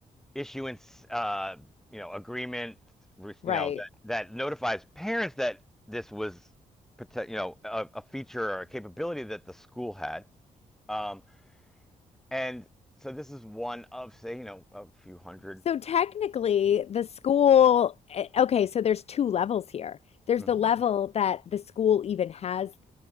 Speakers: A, in the centre; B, on the left (about 45°).
A: issuance uh, you know agreement you
B: Right.
A: know that, that notifies parents that this was pote- you know a, a feature or a capability that the school had. Um, and so this is one of say you know a few hundred,
B: So technically, the school, eh, okay, so there's two levels here. There's
A: Mhm.
B: the level that the school even has